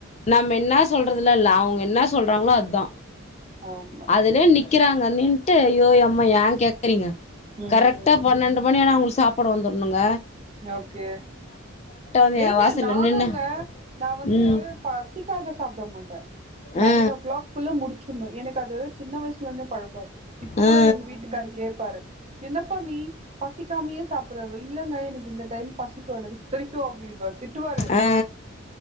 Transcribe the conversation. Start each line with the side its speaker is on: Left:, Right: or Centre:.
Left: நாம என்ன சொல்றதுலா இல்ல அவ்ங்க என்ன சொல்றாங்களோ அத்தா
Right: ஆமா
Left: அதுலே நிக் க்கிறாங்க நின்ட்டு அய்யோ யம்மா ஏ கேகறீங்க
Right: ம்
Left: கரெக்ட்டா பன்னண்டு மணியான அவுங்ளுக் சாப்பாடு வந்துர்ணுங்க
Right: ஓகே
Left: வந்து
Right: ஏங்க
Left: என் வாசல்ல
Right: நானுங்க
Left: நின்னு
Right: நா வந்து
Left: ம்
Right: பசிக்காக சாப்பட மாட்ட நைன்
Left: ஆ
Right: ஓ கிளாக் குள்ள முடிச்சு சுன்னு எனக்கு அது சின்ன வயசுல இருந்தே பழக் கோ அது இப்ப
Left: ஆ
Right: கூட எங்க வீட்டுக்காரு கேப்பாரு என்னப்பா நீ பசிக்காமயே சாப் பிறவு இல்லங்க எனக் தென் பசிக்கு எனக்கு <unintelligible> அப்டின்னுவாரு திட்டுவாரு
Left: ஆ ஆ